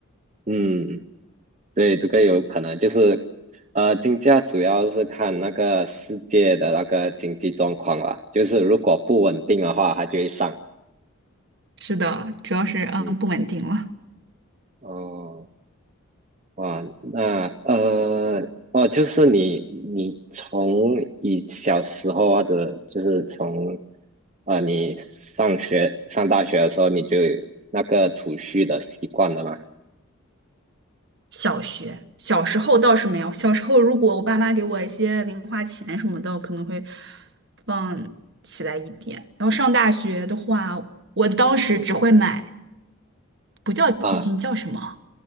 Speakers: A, on the right (about 35°); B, on the right (about 55°).
A: 嗯。对，这个有可能就是，呃，金价主要是看那个世界的那个经济状况啦，就是如果不稳定的话，它就会上。
B: 是的，主要是嗯不稳定了。
A: 嗯，哦，哇，那呃，哦，就是你你从你小时候或者就是从呃你上学上大学的时候，你就有那个储蓄的习惯了吗？
B: 小学，小时候倒是没有。小时候，如果我爸妈给我一些零花钱什么的，我可能会放起来一点。然后上大学的话，我当时只会买，
A: 嗯
B: 不叫基金，
A: 啊，
B: 叫什么？